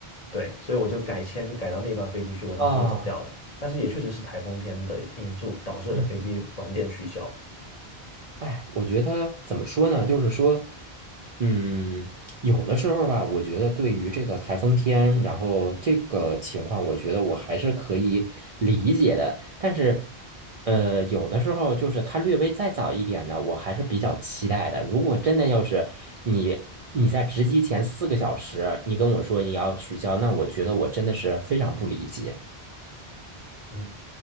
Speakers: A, on the left; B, on the right.
A: 对，所以我就改签，就改到那班飞机去，我当时就走掉了。
B: 啊，
A: 但是也确实是台风天的因素导致了飞机晚点取消。
B: 嗯。哎，我觉得怎么说呢？就是说，嗯，有的时候吧，我觉得对于这个台风天，然后这个情况，我觉得我还是可以理解的。但是，呃，有的时候就是它略微再早一点呢，我还是比较期待的。如果真的要是你你在值机前四个小时，你跟我说你要取消，那我觉得我真的是非常不理解。
A: 嗯，